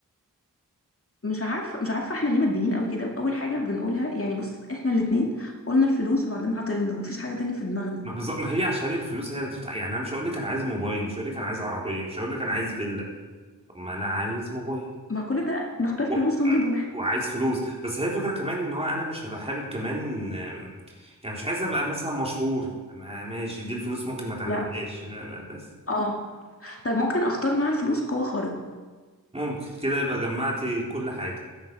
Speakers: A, on the left (about 40°); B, on the right (about 15°).
A: مش عارفه مش عارفه احنا ليه ماديين قوي كده واول حاجه بنقولها يعني بص احنا الاتنين قلنا الفلوس وبعدين عطلنا ومفيش حاجه تانية في دماغنا
B: ما بالظبط ما هي عشان الفلوس هي اللي تفتح يعني انا مش هقول لك انا عايز موبايل مش هقول لك انا عايز عربيه مش هقول لك انا عايز فيلا طب ما انا عايز موبايل
A: ما كل ده نختار فلوس
B: و... آه،
A: ونجيبهم احنا
B: وعايز فلوس بس هي الفكره كمان ان هو انا مش هبقى حابب كمان آم، يعني مش عايز ابقى مثلا مشهور ما- ماشي دي الفلوس ممكن ما تعملهاش
A: لا
B: ما- ما- بس
A: اه طيب ممكن اختار مع الفلوس قوه خارقه
B: ممكن كده يبقى جمعتي كل حاجة